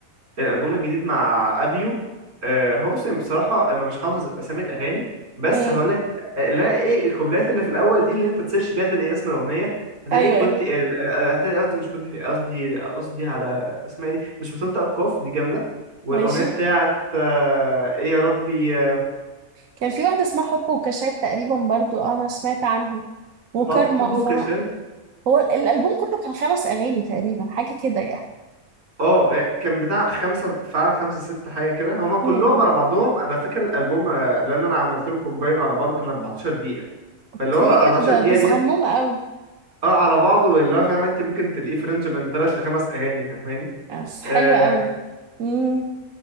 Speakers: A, on the right; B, on the right.
A: الالبوم الجديد مع ابيو آه، هو بص يعني بصراحه انا مش حافظ اسامي الاغاني بس
B: امم
A: هقول لك آه، لا ايه الكوبلات اللي في الاول دي اللي انت تسيرش بيها تلاقي اسم الاغنيه هتلاقي
B: ايوه
A: كنت
B: ايوه
A: آه، آه، آه، هتلاقي قصدي مش كنت في قصدي قصدي على اسمها إيه دي مش بتنطق القاف دي جامده والاغنيه
B: ماشي
A: بتاعت آه، ايه يا ربي آه،
B: كان في واحدة اسمها حب وكاشات تقريبا برضو آه، أنا سمعت عنها وكارما
A: حب حب
B: ف
A: وكسل
B: هو ال- الألبوم كله كان خمس أغاني تقريبا حاجة كده يعني
A: اه آه، كان بتاع خمسة فعلا خمسة ست حاجة كده هما كلهم
B: امم
A: على بعضهم أنا فاكر الألبوم آه، لأن أنا عملت له كومباين على بعضه كان 14 دقيقة
B: أوكي
A: فاللي هو 14
B: إيه ده ده
A: دقيقة
B: ده صغنون
A: ديت
B: قوي
A: اه على بعضه اللي هو فاهم انت ممكن تلاقيه في رينج من تلات لخمس أغاني فاهماني
B: بس حلوة
A: آه
B: قوي امم